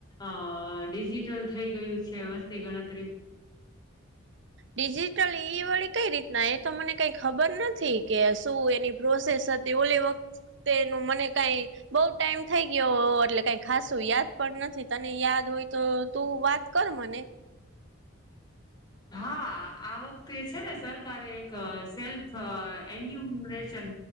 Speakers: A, on the left; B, on the right.
A: અ ડિજિટલ થઈ ગયું છે વસ્તી ગણતરી.
B: ડિજિટલ ઈ વડી કઈ રીતના? એ તો મને કઈ ખબર નથી કે શું એની પ્રોસેસ હતી, ઓલી વખતેનું મને કાંઇ બઉ ટાઈમ થઈ ગયો એટલે કાઈ ખાસું યાદ પણ નથી, તને યાદ હોય તો તું વાત કર મને
A: હા આ વખતે છે ને સરકારે એક સેલ્ફ એન્યુમરેશન